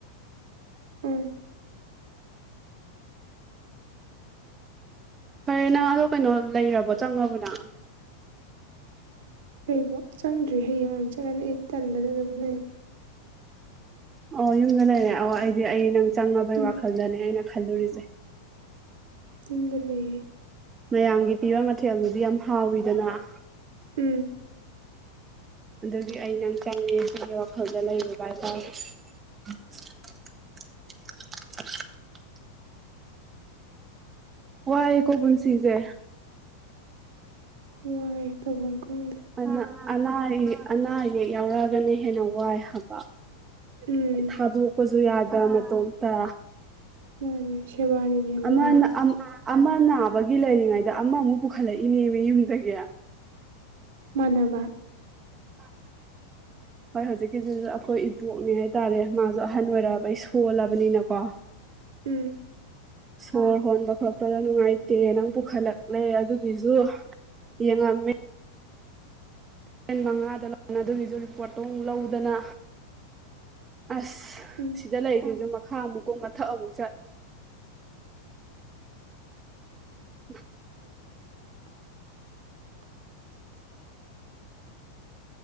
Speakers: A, on the right (about 55°); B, on the right (about 20°).
A: ꯎꯝ
B: ꯐꯔꯦ ꯅꯪ ꯑꯗꯣ ꯀꯩꯅꯣ ꯂꯩꯔꯕꯣ ꯆꯪꯉꯕꯣ ꯅꯪ
A: ꯑꯩꯕꯣ ꯆꯪꯗ꯭ꯔꯤ ꯍꯌꯦꯡ ꯑꯣꯏ ꯆꯠꯂꯅꯤ ꯑꯩ ꯇꯟꯗꯅ ꯑꯗꯨꯝ ꯂꯩ
B: ꯑꯣ ꯌꯨꯝꯗ ꯂꯩꯔꯦ ꯑꯣ ꯑꯩꯗꯤ ꯑꯩ ꯅꯪ ꯆꯪꯉꯕꯩ
A: ꯎꯝ
B: ꯋꯥꯈꯜꯗꯅꯦ ꯑꯩꯅ ꯈꯜꯂꯨꯔꯤꯁꯦ
A: ꯌꯨꯝꯗ ꯂꯩ
B: ꯃꯌꯥꯝꯒꯤ ꯄꯤꯕ ꯃꯊꯦꯜꯗꯨꯗꯤ ꯌꯥꯝ ꯍꯥꯎꯋꯤꯗꯅ
A: ꯎꯝ
B: <unintelligible> ꯑꯗꯨꯒꯤ ꯑꯩ ꯅꯪ ꯆꯪꯉꯦꯁꯤ ꯋꯥꯈꯜꯗ ꯂꯩꯔꯨꯕ ꯍꯥꯏ ꯇꯥꯔꯦ <unintelligible> ꯋꯥꯏꯌꯦꯀꯣ ꯄꯨꯟꯁꯤꯖꯦ
A: ꯋꯥꯏ ꯇꯧꯕꯝꯈꯪꯗ
B: ꯑꯅꯥ ꯑꯅꯥ ꯑꯌꯦ ꯑꯅꯥ ꯑꯌꯦꯛ ꯌꯥꯎꯔꯛꯑꯒꯅ ꯍꯦꯟꯅ ꯋꯥꯏ ꯍꯥꯕ
A: ꯎꯝ
B: ꯊꯥꯗꯣꯛꯄꯁꯨ ꯌꯥꯗ ꯃꯇꯣꯝꯇ
A: ꯃꯅꯦ ꯁꯦꯕꯥꯔꯤꯅ ꯍꯦꯟ
B: ꯑꯃꯅ
A: ꯋꯥꯏ
B: ꯑꯃ ꯅꯥꯕꯒꯤ ꯂꯩꯔꯤꯉꯩꯗ ꯑꯃꯃꯨꯛ ꯄꯨꯈꯠꯂꯛꯏꯅꯦꯅꯤ ꯌꯨꯝꯗꯒꯤ
A: ꯃꯥꯟꯅꯕ
B: <inaudible> ꯍꯣꯏ ꯍꯧꯖꯤꯛꯀꯤꯗꯨꯁꯨ ꯑꯩꯈꯣꯏ ꯏꯟꯕꯣꯛꯅꯦ ꯍꯥꯏꯇꯥꯔꯦ ꯃꯥꯖꯨ ꯑꯍꯟ ꯑꯣꯏꯔꯛꯑꯕꯩ ꯁꯣꯜꯂꯕꯅꯤꯅꯀꯣ
A: ꯎꯝ
B: ꯁꯣꯔ ꯍꯣꯟꯕ ꯈꯣꯠꯄꯗ ꯅꯨꯡꯉꯥꯏꯇꯦ ꯅꯪ ꯄꯨꯈꯠꯂꯛꯂꯦ ꯑꯗꯨꯒꯤꯖꯨ ꯌꯦꯡꯉꯝꯃꯦ ꯑꯩꯅ ꯃꯉꯥꯗ ꯂꯥꯛꯅ ꯑꯗꯨꯒꯤꯖꯨ ꯔꯤꯄꯣꯔꯠꯇꯨꯝ ꯂꯧꯗꯅ ꯑꯁ
A: ꯎꯝ
B: ꯁꯤꯗ ꯂꯩꯔꯤꯖꯤꯁꯨ ꯃꯈꯥ ꯑꯃꯨꯛꯀꯨꯝ ꯃꯊꯛ ꯑꯃꯨꯛ ꯆꯠ <unintelligible>
A: <inaudible>